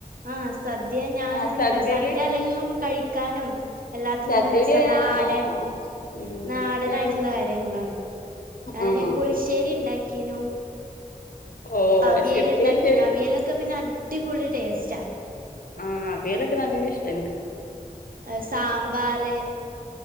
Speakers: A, on the right (about 75°); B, on the left (about 75°).
A: ആഹ് സദ്യ ഞാന്
B: ആഹ്
A: ഇവിടെണ്ടാക്കി
B: സദ്യയില്
A: സദ്യ അല്ലെങ്കിലും കഴിക്കാനും എല്ലാത്തിനും
B: സദ്യയില്
A: നല്ല രസാ നാടൻ
B: ആഹ് ഉം
A: നാടനായിട്ട്ള്ള
B: എനിക്കറിയില്ല
A: കാര്യങ്ങളാണ് ഞാന്
B: ആഹ്
A: പുളിശ്ശേരി ണ്ടാക്കീനു
B: ഓഹ്
A: അവിയല്
B: അത് ശരി
A: ഇണ്ടാക്കീണ്
B: പുളിശ്ശേരി
A: അവിയലൊക്കെ പിന്നെ അടിപൊളി ടേസ്റ്റാ
B: ആഹ് അവിയലൊക്കെ നല്ലഷ്ടാ ഇൻക്ക്
A: അത് സാമ്പാറ്